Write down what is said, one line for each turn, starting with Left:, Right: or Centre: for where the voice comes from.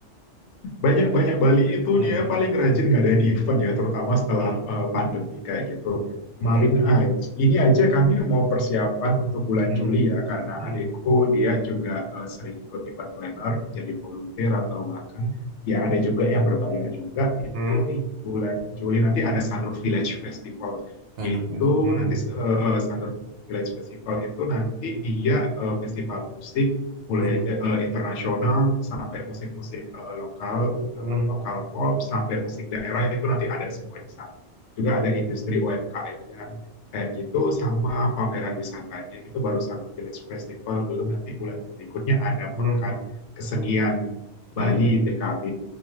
Left: Banyak-banyak Bali itu
Right: Hmm,
Left: dia paling rajin ngadain event ya, terutama setelah
Right: hmm,
Left: eh, pandemi kayak gitu. Kemarin
Right: hmm,
Left: aja, ini aja kami mau persiapan untuk bulan
Right: hmm,
Left: Juli ya, karena
Right: hmm,
Left: adikku dia juga eh, sering ikut event planner, jadi volunteer atau bahkan ya ada juga yang berbayar juga. Itu
Right: hmm,
Left: bulan Juli nanti ada Sanur Village Festival.
Right: Anak
Left: Itu
Right: bilang, hmm,
Left: nanti eh, eh, Sanur Village Festival itu nanti dia eh, festival musik mulai
Right: hmm,
Left: eh, internasional sampai musik-musik eh, lokal eh,
Right: hmm,
Left: lokal pop sampai musik daerah itu nanti ada semua di sana juga ada industri UMKM-nya kayak gitu sama pameran wisatanya itu baru Sanur Village Festival belum nanti bulan berikutnya ada
Right: hmm,
Left: pekan kesenian
Right: hmm,
Left: Bali PKB